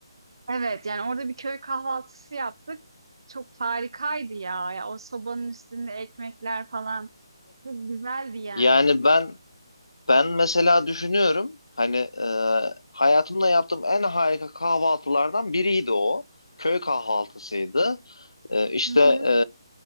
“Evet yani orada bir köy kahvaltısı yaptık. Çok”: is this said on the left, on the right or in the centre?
Right